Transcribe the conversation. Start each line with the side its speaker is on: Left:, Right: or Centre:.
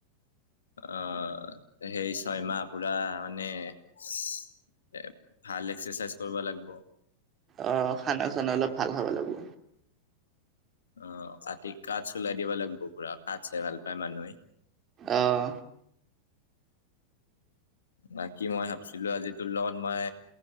Left: আহ সেই ছয়মাহ পুৰা মানে এ ভাল এক্সাৰচাইজ কৰবা লাগব
Right: অ', খানা চানা অলপ ভাল খাব লাগিব।
Left: অ কাটি কাচ্ ওলাই দিব লাগব পুৰা কাচ্ হে চাই ভাল পায় মানুহে
Right: অহ
Left: বাকি মই ভাবছিলো আজি তোৰ লগত মই